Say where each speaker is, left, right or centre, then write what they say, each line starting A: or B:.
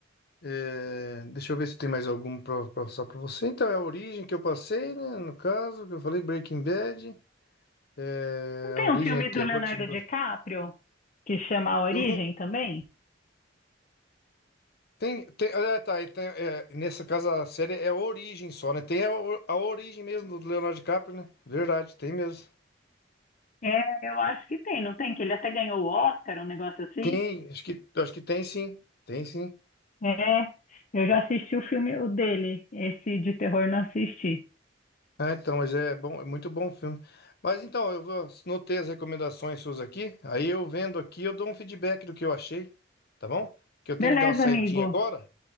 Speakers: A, on the left; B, on the left.
A: é, deixa eu ver se tem mais algum para passar para você. Então, é a origem que eu passei, né? No caso, que eu falei Breaking Bad. É,
B: Não tem
A: a origem
B: um filme
A: é de terror
B: do Leonardo
A: que você não gosta.
B: DiCaprio que chama A Origem
A: Eu não.
B: também?
A: Tem, tem, ah, tá, e tem, é, nessa casa a série é a origem só, né? Tem a, o- a origem mesmo do Leonardo DiCaprio, né? Verdade, tem mesmo.
B: É, eu acho que tem, não tem? Que ele até ganhou o Oscar, um negócio assim?
A: Tem, acho que, acho que tem sim. Tem sim.
B: É, eu já assisti o filme o dele, esse de terror não assisti.
A: Ah, então, mas é bom, é muito bom o filme. Mas então, eu vou, notei as recomendações suas aqui, aí eu vendo aqui, eu dou um feedback do que eu achei, tá bom? Que eu
B: Beleza,
A: tenho que dar uma saidinha
B: amigo.
A: agora,